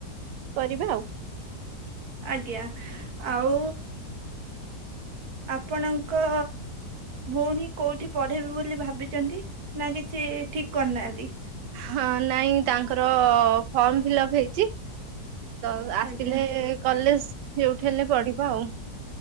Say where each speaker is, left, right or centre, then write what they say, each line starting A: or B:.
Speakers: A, on the right (about 85°); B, on the right (about 65°).
A: କରିବା ଆଉ।
B: ଆଜ୍ଞା ଆଉ ଆପଣଙ୍କ ଭଉଣୀ କୋଉଠି ପଢେଇବେ ବୋଲି ଭାବିଛନ୍ତି ନା କିଛି ଠିକ୍ କରିନାହାନ୍ତି?
A: ହଁ ନାଇଁ ତାଙ୍କର ଫର୍ମ ଫିଲ୍ଅପ୍ ହେଇଚି। ତ ଆସିଲେ
B: ଆଜ୍ଞା
A: କଲେଜ୍ ଯୋଉଠି ହେଲେ ପଢିବ ଆଉ।